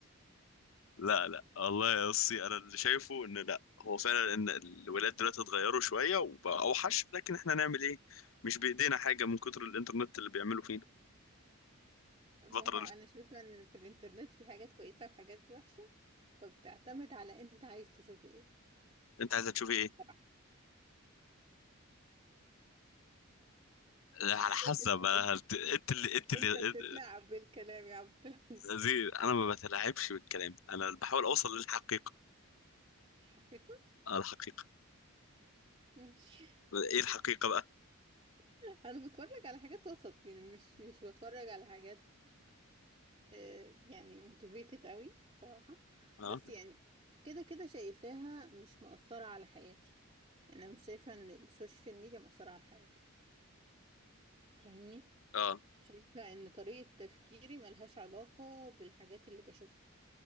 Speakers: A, on the left; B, on the right.
A: لا لا والله يا اسطى انا اللي شايفه ان لا هو فعلا ان الولاد دلوقتي اتغيروا شويه وبقى اوحش لكن احنا نعمل ايه مش بايدينا حاجه من كتر الانترنت اللي بيعملوا فينا
B: <laughs> ما
A: الفتره
B: هو
A: اللي
B: انا شايفه ان في الانترنت في حاجات كويسه وحاجات وحشه فبتعتمد على انت عايز تشوف ايه
A: انت عايز تشوف ايه
B: صراحة.
A: على
B: <laughs>
A: حسب أنا هت- انت اللي انت اللي
B: انت بتتلاعب
A: انت-
B: بالكلام يا عبد العزيز
A: زي انا ما بتلاعبش بالكلام انا بحاول اوصل للحقيقه
B: الحقيقة
A: آه، الحقيقه
B: ماشي
A: ايه الحقيقه بقى
B: <laughs> انا بتفرج على حاجات وسط يعني مش مش بتفرج على حاجات آه، يعني موتيفيتد قوي بصراحة
A: اه
B: بس يعني كده كده شايفاها مش مؤثرة على حياتي يعني انا مش شايفة ان السوشيال ميديا مؤثرة على حياتي فاهمني
A: اه
B: شايفة ان طريقة تفكيري ملهاش علاقة بالحاجات اللي بشوفها